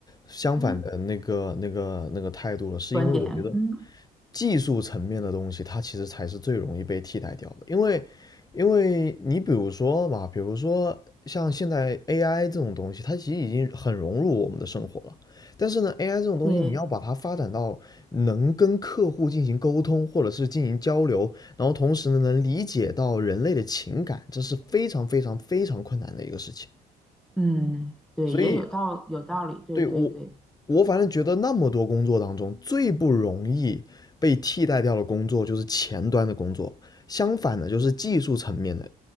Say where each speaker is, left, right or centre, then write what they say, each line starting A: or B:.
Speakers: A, on the left (about 20°); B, in the centre.
A: 相反的那个那个那个态度了，
B: 嗯，
A: 是因为我觉得
B: 观点，嗯，
A: 技术层面的东西，它其实才是最容易被替代掉的，因为因为你比如说嘛，比如说像现在 AI 这种东西，它其实已经很融入我们的生活了。但是呢，AI 这种东西，
B: 对，
A: 你要把它发展到能跟客户进行沟通，或者是进行交流，然后同时呢，能理解到人类的情感，这是非常非常非常困难的一个事情。
B: 嗯，对，
A: 所以
B: 也有道有道理，对对对
A: 对我，我反正觉得那么多工作当中，最不容易被替代掉的工作就是前端的工作，相反的，就是技术层面的